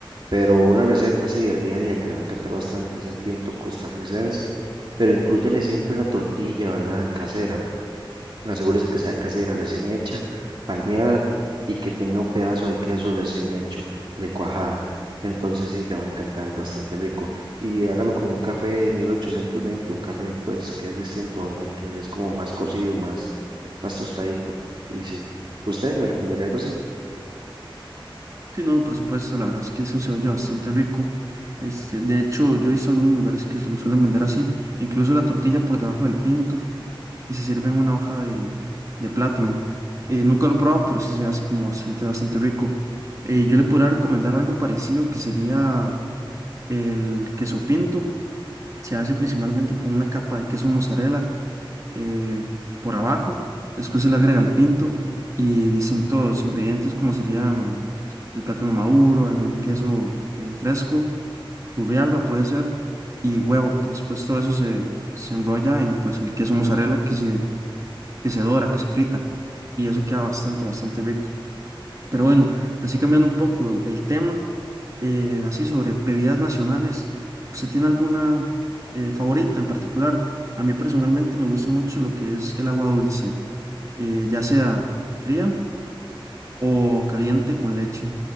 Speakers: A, on the right; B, on the right.
A: pero una receta así del día a día que le va a encantar bastante es el pinto costarricense, pero inclúyale siempre una tortilla, ¿verdad? Casera Asegúrese que sea casera, recién hecha, palmeada y que tenga un pedazo de queso recién hecho, de cuajada. Entonces sí, le va a encantar, es bastante rico. Y hágalo con un café 1820, un café pues que es distinto, ¿verdad? Que es como más cocido, más, más tostadito. Y sí, ¿usted me recomendaría algo así?
B: Sí, no, por supuesto, la verdad es que eso se oye bastante rico. Este, de hecho, yo he visto algunos lugares que lo suelen vender así, incluso la tortilla por debajo del pinto y se sirve en una hoja de, de plátano. Eh, nunca lo he probado, pero sí se ve así como bastante, bastante rico. Eh, yo le podría recomendar algo parecido que sería el queso pinto. Se hace principalmente con una capa de queso mozzarella eh, por abajo, después se le agrega el pinto y distintos ingredientes como serían el plátano maduro, algún queso eh, fresco, alba puede ser, y huevo. Después todo eso se, se enrolla en pues el queso mozzarella que se, que se dora, que se frita, y eso queda bastante, bastante rico. Pero bueno, así cambiando un poco el tema, eh, así sobre bebidas nacionales, ¿usted tiene alguna eh, favorita en particular? A mí personalmente me gusta mucho lo que es el agua dulce eh, ya sea fría o caliente con leche.